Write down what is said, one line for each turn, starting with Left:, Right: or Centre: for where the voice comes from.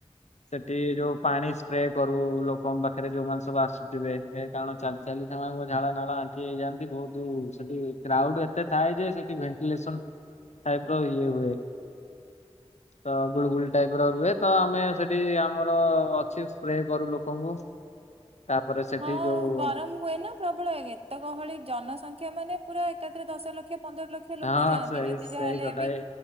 Left: ସେଠି ଯୋଉ ପାଣି ସ୍ପ୍ରେ କରୁ ଲୋକଙ୍କ ପାଖେରେ ଯୋଉମାନେ। ସବୁ ଆସୁଥିବେ ଏ କାରଣ ଚାଲି ଚାଲି ସେମାନଙ୍କ ଝାଳ ନାଳ ଆଣ୍ଠି ହେଇଯାଆନ୍ତି ବହୁତୁ ସେଠି। କ୍ରାଉଡ୍ ଏତେ ଥାଏ ଯେ ସେଠି ଭେଣ୍ଟିଲେସନ୍ ଟାଇପ୍ ର ଇଏ ହୁଏ।
Right: <inaudible>
Left: ତ ଗୁଳୁଗୁଳି ଟାଇପ୍ ର ରୁହେ ତ ଆମେ ସେଠି ଆମର ଅଛି ସ୍ପ୍ରେ କରୁ ଲୋକଙ୍କୁ। ତାପରେ ସେଠି
Right: ହଁ
Left: ଯୋଉ
Right: ଗରମ୍ ହୁଏ ନା ପ୍ରବଳେ ଏକ ତ ଗହଳି ଜନସଂଖ୍ୟା ମାନେ ପୁରା ଏକାଥରେ ଦଶ ଲକ୍ଷ। ପନ୍ଦର ଲକ୍ଷ ଲୋକ
Left: ହଁ
Right: ଯାଆନ୍ତି
Left: ସେଇ
Right: ଯେତେ ଯାହାହେଲେ
Left: ସେଇ କଥା
Right: ବି
Left: ଏ